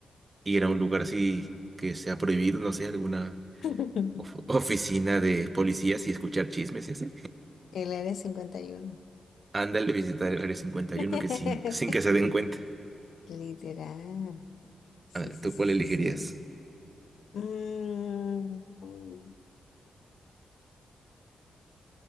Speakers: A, on the right; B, on the left.
A: ir a un lugar así que sea prohibido, no sé, alguna
B: <laughs>
A: of- oficina de policías y escuchar chismes y así.
B: El área cincuenta y uno.
A: Ándale, visitar el área 51
B: <laughs>
A: que sin, sin que se den cuenta.
B: Literal. Sí,
A: Ándale,
B: sí,
A: ¿tú
B: sí,
A: cuál elegirías?
B: sí, sí. Mm, mm.